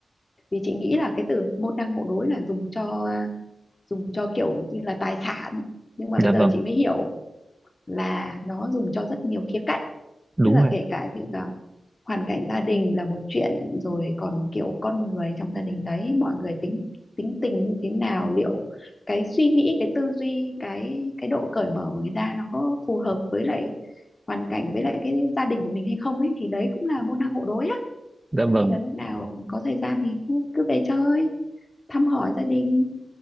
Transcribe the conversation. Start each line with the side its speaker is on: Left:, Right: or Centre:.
Left: vì chị nghĩ là cái từ môn đăng hộ đối là dùng cho dùng cho kiểu như là tài sản nhưng mà bây
Right: dạ
Left: giờ
Right: vâng
Left: chị mới hiểu là nó dùng cho rất nhiều khía cạnh
Right: đúng
Left: tức là
Right: rồi ạ
Left: kể cả như là hoàn cảnh gia đình là một chuyện rồi còn kiểu con người trong gia đình đấy mọi người tính tính tình như thế nào liệu cái suy nghĩ cái tư duy cái cái độ cởi mở của người ta nó có phù hợp với lại hoàn cảnh với lại cái gia đình của mình hay không ấy thì đấy cũng là môn đăng hộ đối á
Right: dạ
Left: cho
Right: vâng
Left: nên là lúc nào có thời gian thì cứ, cứ về chơi thăm hỏi gia đình